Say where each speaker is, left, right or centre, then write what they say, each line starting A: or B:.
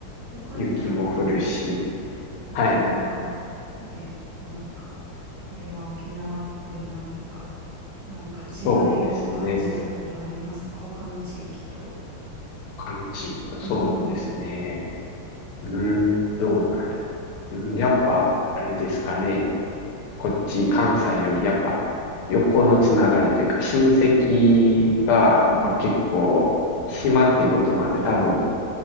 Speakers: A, on the right (about 60°); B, on the left (about 85°).
A: 他になんか
B: 雪も降るし、
A: 沖縄でなんかこれは沖縄っぽいなとか、
B: はい。
A: なんか違いを感じたことありますか他の地域と。
B: そうですね。他の地域とそうですね。
A: うん。
B: うーん、どうなんやろ。うん、やっぱ、あれですかね。こっち、関西より、やっぱ、横のつながりというか、親戚が、やっぱ結構、
A: うん。
B: 島っていうこともあって、多分、